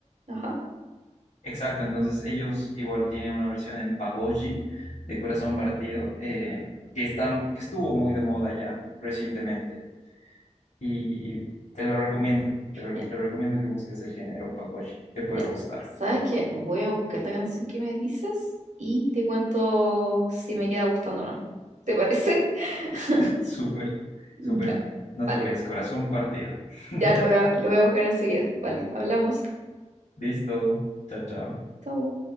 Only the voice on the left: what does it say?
Exacto, entonces ellos igual tienen una versión en Pagoji de Corazón Partido eh, que está, que estuvo muy de moda ya recientemente. y te lo recomiendo. Te, re-
te recomiendo que busques el género Paguachi. Te puede
gustar.
<laughs> Súper,
súper. No
te olvides, corazón partido. <laughs>
Listo. Chao, chao.